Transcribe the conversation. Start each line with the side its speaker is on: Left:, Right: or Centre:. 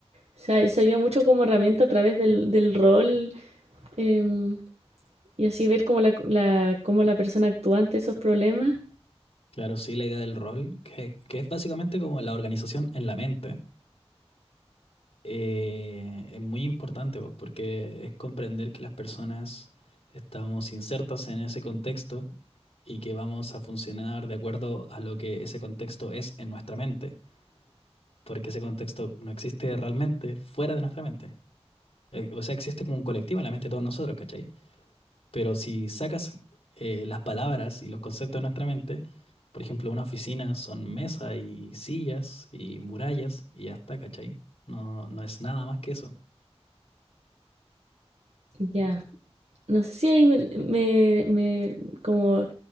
Right: Se, se ayuda mucho como herramienta a través del, del rol em, y así ver cómo la, la- cómo la persona actúa ante esos problemas.
Left: Claro, sí, la idea del rol, que, que es básicamente como la organización en la mente, eh, es muy importante, pues, porque es comprender que las personas estamos insertas en ese contexto y que vamos a funcionar de acuerdo a lo que ese contexto es en nuestra mente, porque ese contexto no existe realmente fuera de nuestra mente. Eh, O sea, existe como un colectivo en la mente de todos nosotros, ¿cachai? Pero si sacas eh, las palabras y los conceptos de nuestra mente, por ejemplo, una oficina son mesa y sillas y murallas y ya está, ¿cachai? No, no es nada más que eso.
Right: Ya, yeah. no sé si ahí me, me- me- como